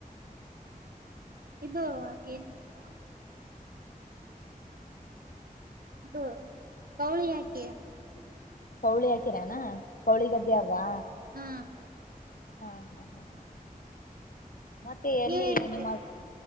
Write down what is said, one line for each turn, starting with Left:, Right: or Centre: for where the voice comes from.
Right: ಇದು ಅ ಏನ್ಂತ ಅದು ಕೌಳಿ ಯಾಕೆ
Left: ಕೌಳಿ ಹಾಕಿರ ಕೌಳಿಗದ್ದೆ ಅವ್ವಾ
Right: ಹಾ
Left: ಹಾ ಹಾ ಹಾ ಹ ಮತ್ತೆ ಎಲ್ಲಿ
Right: ನೀವ್ ಏನ್
Left: ನಿಮ್ಮ